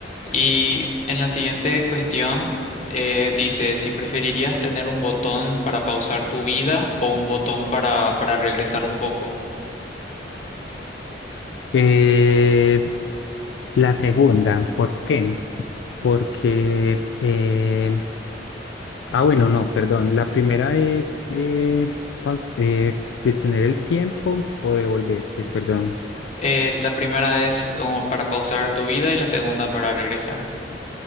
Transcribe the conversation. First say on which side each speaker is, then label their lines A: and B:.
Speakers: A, on the left (about 40°); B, on the left (about 85°).
A: Y en la siguiente cuestión eh, dice si preferirías tener un botón para pausar tu vida o un botón para, para regresar un poco.
B: Eh, la segunda, ¿por qué? Porque, eh, ah, bueno, no, perdón. La primera es eh, pau- eh, detener el tiempo o devolverse, perdón.
A: Es, la primera es oh, para pausar tu vida y la segunda para regresar.